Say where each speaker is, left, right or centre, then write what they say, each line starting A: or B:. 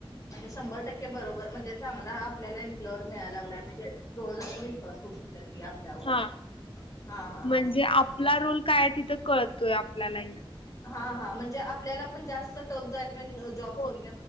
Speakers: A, on the left (about 35°); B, on the left (about 75°).
A: म्हणजे शंभर टके बरोबरणजेांग आपल्यालाम्लॉयर मिळाय लागय म्हणजे डोळं झा आपून विश्वास ठऊ शको. आपल्यावर
B: हा
A: हा हा
B: म्हणजे
A: अस.
B: आपला रोल काय तिथं कळतोय आपल्यालाही.
A: हा हा म्हणजे आपल्याला पण जास्त टफ जयत नाही जॉबो
B: होय